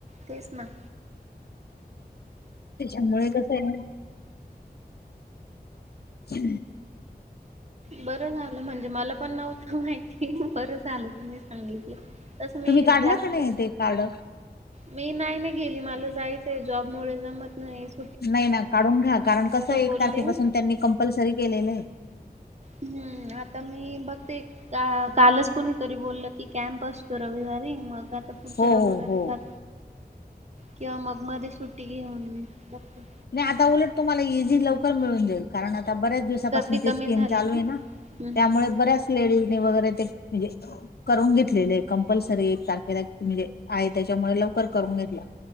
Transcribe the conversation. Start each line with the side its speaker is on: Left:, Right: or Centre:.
Right: तेच ना.
Left: तीच्यामुळे कसं आहे. ह्.
Right: बरं झालं म्हणजे मला पण नव्हतं माहिती बरं झालं तुम्ही सांगितलं. तसं मी
Left: तुम्ही काढला
Right: जास्त
Left: कोण य ते कार्ड
Right: मी नाही ना गेली मला जायचंय जॉबमुळे जमत नाहीस.
Left: नाही ना काढून घ्या कारण कसं एक
Right: बोलले
Left: तारखेपासून त्यांनी कंपल्सरी केलेलं आहे.
Right: हम्म आता मी बघते. का कालच कुणीतरी बोललं की कॅम्प असतो रविवारी मग पुढच्या
Left: हो
Right: रविवारी
Left: हो हो.
Right: जात किंवा मग मध्ये सुट्टी घेऊन लागते.
Left: नाही आता उलट तुम्हाला इझी लवकर मिळून जाईल कारण आता बऱ्याच दिवस
Right: गर्दी कमी
Left: स्कीम
Right: झाली
Left: चालू आहे ना
Right: हम्म
Left: त्यामुळे
Right: हम्म हम्म
Left: बऱ्याच लेडीज वगैरे म्हणजे करून घेतलेले आहे कंपल्सरी एक तारखेला म्हणजे आहे त्याच्यामुळे लवकर करून घेतला.